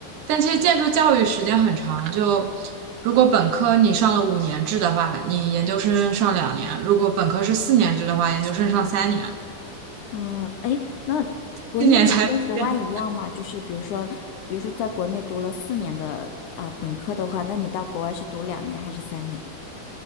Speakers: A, on the right (about 70°); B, on the left (about 65°).
A: 但其实建筑教育时间很长，就。如果本科你上了五年制的话，你研究生上两年；如果本科是四年制的话，研究生上三年。
B: 哦，哎，那国内跟国外一样吗？
A: 今年才毕业。
B: 就是比如说，比如说在国内读了四年的啊本科的话，那你到国外是读两年还是三年？